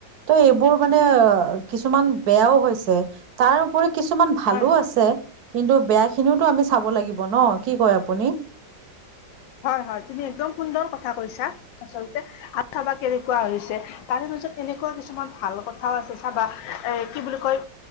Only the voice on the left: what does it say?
হয়
হয় হয় তুমি একদম সুন্দৰ কথা কৈছা আচল্ততে আৰু চাবা কেনেকুৱা হৈছে তাৰে ত এনেকুৱা কিছুমান ভাল কথাও আছে চাবা এ কি বুলি কয়